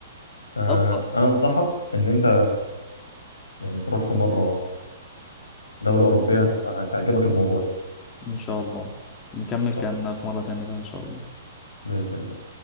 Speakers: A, on the left; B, on the left.
A: فانا
B: طب خ-
A: انصحك ان انت يعني تروح في مرة دولة أوروبية هتبقى هتعجبك الموضوع إن
B: ان شاء الله نكمل كلامنا
A: شاء الله
B: في مرة تانية بقى ان شاء الله
A: بإذن الله